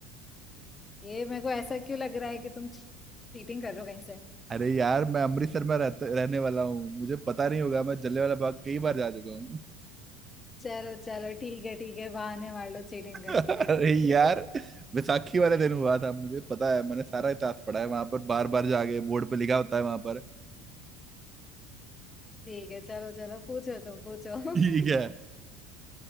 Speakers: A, on the left; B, on the right.
A: ये मेरे को ऐसा क्यों लग रहा है कि तुम चीटिंग कर रहे हो कहीं से?
B: अरे यार मैं अमृतसर में रहते रहने वाला हूँ मुझे पता नहीं होगा मैं जलियांवाला बाग कई बार जा चुका हूँ
A: चलो चलो ठीक है ठीक है बहाने मार लो चीटिंग करके
B: अरे
A: पूछो
B: यार बैसाखी वाले दिन हुआ था मुझे पता है मैंने सारा इतिहास पढ़ा है वहां पर बार बार जाके बोर्ड पे लिखा होता है वहां पर
A: ठीक है चलो चलो पूछो तुम पूछो <laughs>
B: ठीक है